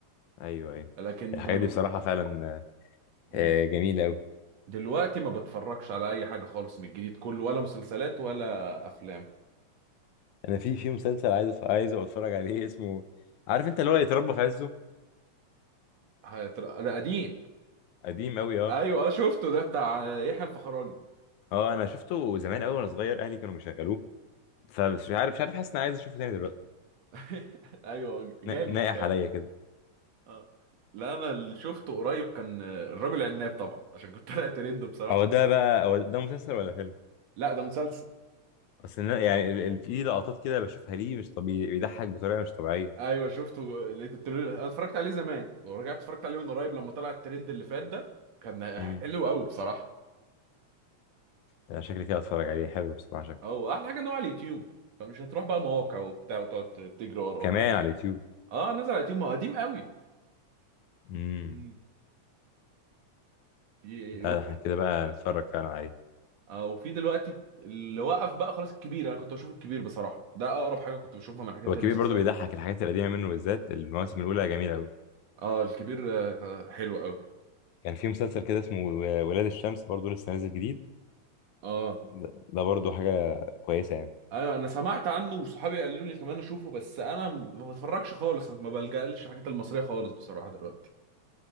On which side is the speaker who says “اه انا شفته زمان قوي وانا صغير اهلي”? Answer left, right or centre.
Left